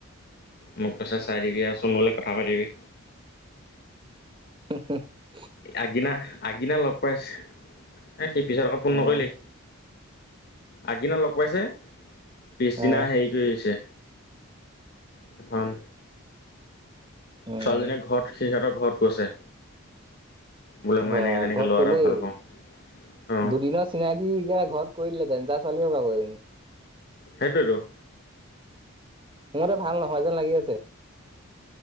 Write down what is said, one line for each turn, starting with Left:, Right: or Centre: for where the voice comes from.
Left: মোক কৈছে চাই দিবি অহ চোন কথা পাতিবি।
Right: হ হু
Left: আগদিনা আগদিনা লগ বচ? এই সিল্পিলক আকৌ ফোন
Right: অ',
Left: নকৰিলেই? আগদিনা লগ পাইছে পিছদিনা
Right: অ',
Left: হেৰি কৰিছে। দুখন
Right: উম।
Left: ছোৱালীজনীয়ে ঘৰত সিহঁতৰ ঘৰত গৈছে। বোলে মই
Right: বা
Left: এনেকে তেনেকে
Right: ঘৰত
Left: ল'ৰা
Right: কলেই
Left: এটা ভাল পাওঁ অ
Right: দুদিনৰ চিনাকি কা ঘৰত কৈ দিলে দেঞ্জাৰ ছোৱালী হব আকৌ এইজনী
Left: সেইটোৱেটো
Right: সিহঁতে ভাল নহয় যেন লাগি আছে